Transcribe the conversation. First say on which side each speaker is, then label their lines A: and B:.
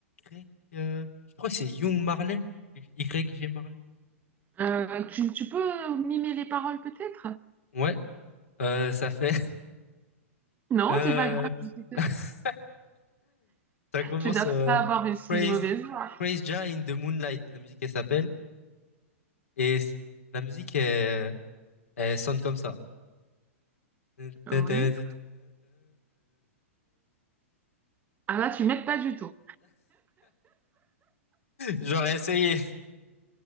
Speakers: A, on the left; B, on the right.
A: Y. euh, je crois que c'est Young Marley. Y G Marley.
B: Euh, tu, tu peux mimer les paroles peut-être?
A: Ouais. Euh, ça fait
B: Non,
A: Euh,
B: c'est pas grave. <laughs>
A: <laughs> ça commence
B: Tu dois
A: euh,
B: pas avoir une si
A: Praise,
B: mauvaise voix.
A: Praise Jah in the Moonlight. La musique, elle s'appelle. Et c- la musique, elle, elle sonne comme ça. <laughs>
B: Oui. Ah là, tu m'aides pas du tout.
A: J'aurais essayé.